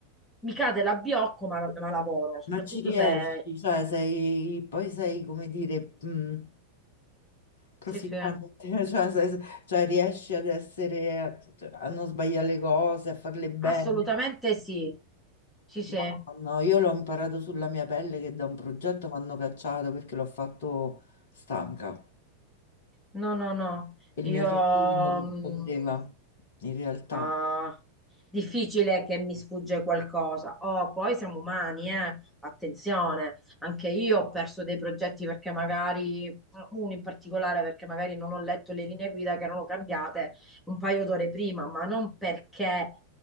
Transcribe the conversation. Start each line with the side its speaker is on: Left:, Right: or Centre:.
Centre: Mi cade l'abbiocco, ma, ma lavoro, soprattutto
Left: Ma ci riesci,
Centre: se...
Left: cioè sei, poi sei, come dire, mh, profittante,
Centre: Sì, sì,
Left: <laughs> cioè, sei- cioè riesci ad essere, a, a non sbagliare le cose, a farle bene.
Centre: assolutamente sì. Sì, sì.
Left: No, no, io l'ho imparato sulla mia pelle che da un progetto mi hanno cacciato perché l'ho fatto stanca.
Centre: No, no, no.
Left: Il
Centre: Io...
Left: mio cervello non rispondeva,
Centre: mh,
Left: in realtà.
Centre: Ah, difficile che mi sfugge qualcosa. Oh, poi siamo umani, eh? Attenzione, anche io ho perso dei progetti perché magari, uno in particolare perché magari non ho letto le linee guida che erano cambiate un paio d'ore prima, ma non perché